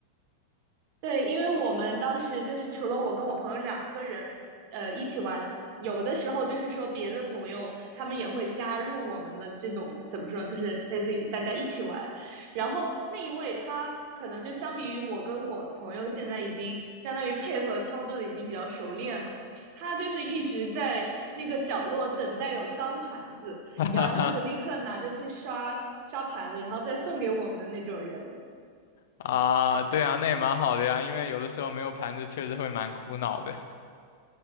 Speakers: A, on the right; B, on the left.
A: 对，因为我们当时就是除了我跟我朋友两个人，呃，一起玩，有的时候就是说别的朋友他们也会加入我们的这种怎么说，就是类似于大家一起玩。然后那一位他可能就相比于我跟我朋友现在已经相当于配合操作的已经比较熟练了，他就是一直在那个角落等待有脏盘子，
B: <laughs>
A: 然后他就立刻拿着去刷刷盘子，
B: 哈哈
A: 然后再送给我们的那种人。
B: 啊，对啊，那也蛮好的呀，因为有的时候没有盘子确实会蛮苦恼的